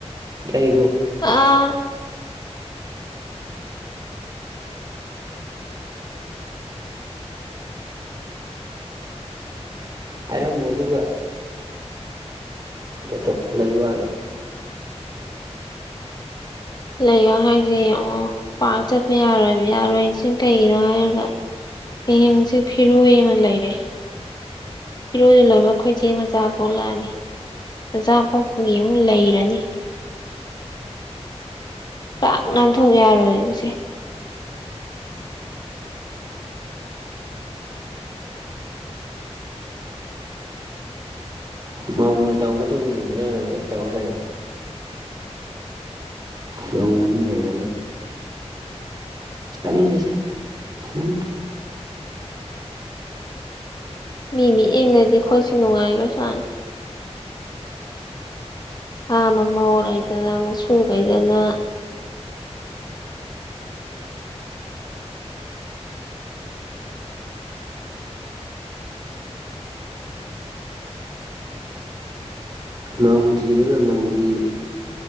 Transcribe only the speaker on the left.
ꯑꯥ
ꯂꯩꯌꯣ ꯍꯥꯏꯁꯦ ꯌꯦꯡꯉꯣ ꯄꯥꯛ ꯆꯠꯄ ꯌꯥꯔꯣꯏꯕ ꯌꯥꯔꯣꯏ ꯍꯥꯏꯁꯤ ꯀꯩꯒꯤꯅꯣ ꯍꯥꯏꯔꯒ ꯍꯌꯦꯡ ꯍꯪꯆꯤꯠ ꯐꯤꯔꯣꯏ ꯑꯃ ꯂꯩꯔꯦ ꯐꯤꯔꯣꯏꯗꯨ ꯂꯣꯏꯕꯒ ꯈꯣꯏ ꯆꯦ ꯃꯆꯥ ꯄꯣꯛꯂꯛꯑꯅꯤ ꯃꯆꯥ ꯄꯣꯛꯄꯒꯤ ꯑꯃꯨꯛ ꯂꯩꯔꯅꯤ ꯄꯥꯛ ꯅꯥꯟꯊꯣꯛ ꯌꯥꯔꯣꯏꯕꯁꯦ
ꯃꯤ ꯃꯤꯠꯌꯦꯡꯗꯗꯤ ꯈꯣꯏꯁꯦ ꯅꯨꯡꯉꯥꯏꯈ꯭ꯔꯖꯠꯅꯤ ꯆꯥ ꯃꯃꯧ ꯂꯩꯗꯅ ꯃꯁꯨ ꯂꯩꯗꯅ